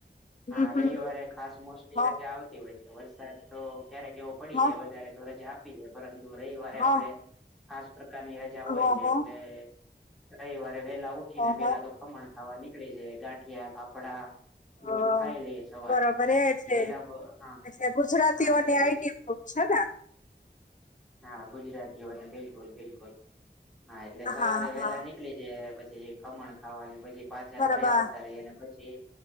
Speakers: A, in the centre; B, on the left.
A: હા
B: હમ હમ
A: રવિવારે ખાસ મોસ્ટલી
B: હ
A: રજા આવતી હોય છે વરસાદ તો ક્યારેક એવો પડી
B: હ
A: જાય વધારે તો રજા આપી દે પરંતુ રવિવારે
B: હ
A: આપણે ખાસ પ્રકારની રજા હોય
B: હ
A: છે
B: હ
A: એટલે રવિવારે વેલા ઉઠીને
B: ઓહો
A: પેલા તો ખમણ ખાવા નીકળી છે ગાંઠિયા ફાફડા
B: હ
A: બધું ખાઈ લઈ સવારે
B: બરોબર એ છે
A: વેલા હા
B: એ ગુજરાતીઓની
A: હા એટલે પછી
B: આઈટી છતાં
A: હા ગુજરાતીઓને બિલકુલ બિલકુલ હા એટલે સવારે
B: હા
A: વેલા
B: હા
A: નીક નીકળી જઈએ ને પછી ખમણ ખાવાની પછી પાછા
B: બરાબર
A: ઘરે આવતા રહીએ ને પછી